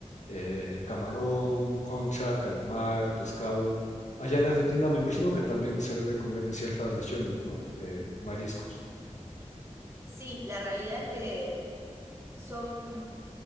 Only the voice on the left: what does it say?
eh, camarón, concha, calamar, pescado. Allá en Argentina me imagino que también se debe comer en ciertas regiones, ¿no? Eh, mariscos.